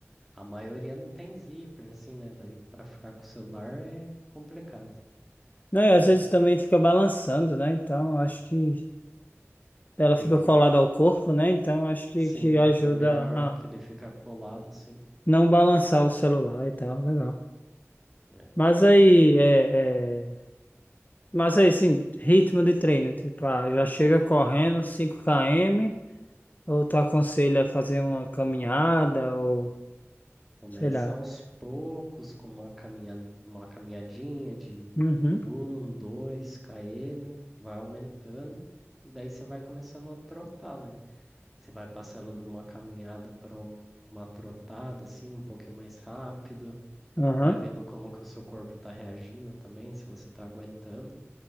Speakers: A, in the centre; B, on the left (about 35°).
A: a maioria não tem zíper, assim, né? Daí pra ficar com o celular é complicado.
B: Não,
A: Então
B: e às vezes também fica balançando, né? Então, acho que ela
A: fica.
B: fica colada ao corpo, né? Então, acho que,
A: Sim,
B: que ajuda
A: é melhor
B: a
A: que ele fica colado assim,
B: não balançar o celular e tal, legal.
A: né?
B: Mas aí, é, é, mas aí, sim, ritmo de treino, tipo, ah, já chega correndo cinco km, ou tu aconselha a fazer uma caminhada, ou
A: Começa
B: sei lá.
A: aos poucos com uma caminha, uma caminhadinha de
B: Uhum,
A: um 2 km, vai aumentando, daí você vai começando a trotar, né? Você vai passando de uma caminhada para um- uma trotada assim, um pouquinho mais rápido,
B: aham.
A: vai vendo como que o seu corpo está reagindo também, se você está aguentando.